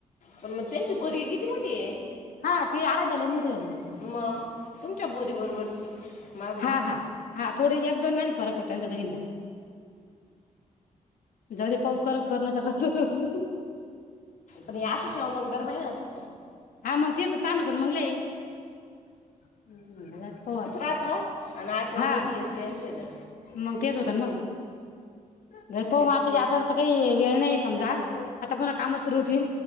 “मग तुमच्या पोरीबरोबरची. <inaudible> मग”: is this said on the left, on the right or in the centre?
Left